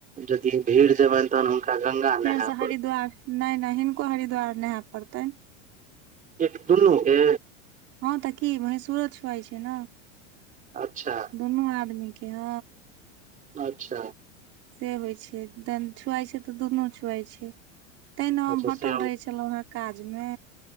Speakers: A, on the right; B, on the right.
A: यदि भीड़ जेबैन तहन हुनका गंगा नहाय
B: फेर से
A: पड़त
B: हरिद्वार नै नै हिनको हरिद्वार नहे परतैन
A: एक दुनू के
B: हँ तऽ की भैंसुरो छुआइ छै ने
A: अच्छा
B: दुनू आदमी के ह
A: अच्छा
B: से होइ छै तन छुआइ छै तऽ दुनू छुआय छै तैना
A: अच्छा
B: हम
A: से
B: हटल रहै छलहुँ हे काज में